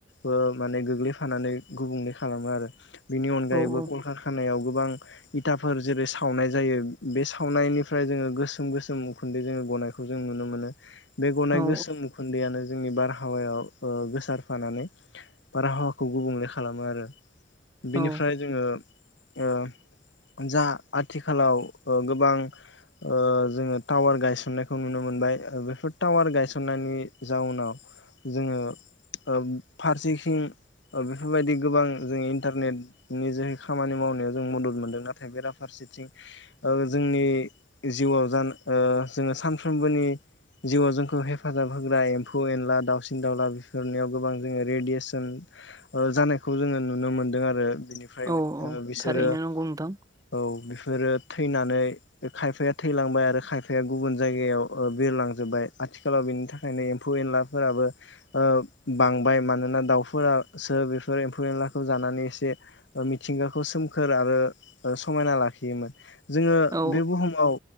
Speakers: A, on the left (about 65°); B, on the right (about 20°).
A: ओ माने गोग्लैफानानै गुबुंले खालामो आरो। बेनि अनगायैबो
B: औ
A: कलकारखानायाव गोबां इथाफोर जेरै सावनाय जायो बे सावनायनिफ्राय जोङो गोसोम गोसोम उखुन्दै जोङो गनाय खौ जों नुनो मोनो बे गनाय
B: औ
A: गोसोम उखुन्दैयानो जोंनि बारहावायाव गोसारफानानै बारहावाखौ गुबुंले खालामो आरो बिनिफ्राय
B: औ
A: जोङो ओ जा आथिखालाव गोबां ओ जोङो टावार गायसननाय खौ नुनो मोनबाय बेफोर टावार गायसननायनि जाउनाव जोङो ओ फारसि सिं ओ बेफोरबायदि गोबां जों इन्टारनेट नि जोहै खामानि मावनायाव जों मदद मोनदों नाथाय बेराफारसे सेथिं ओ जोंनि जिउआव जान ओ जोङो सानफ्रोमबोनि जिउआव जोंखौ हेफाजाब होग्रा एम्फौ एनला दावसिन दाउला बेफोरनियाव गोबां जोङो रेडियेसन ओ जानायखौ जोङो नुनो मोनदों आरो। बिनिफ्राय ओ
B: औ औ
A: बिसोरो
B: थारैनो नंगौ नोंथां
A: औ बिफोरो थैनानै खायफाया थैलांबाय आरो खायफाया गुबुन जाय ओ बिरलांजोबबाय आथिखालाव बिनि थाखायनो एम्फौ एनलाफोराबो ओ बां बाय मानोना दाउफोरासो बेफोर एम्फौ एनलाखौ जानानै एसे मिथिंगाखौ सोमखोरा आरो ओ समायना लाखियोमोन जोङो
B: औ
A: बे बुहुमाव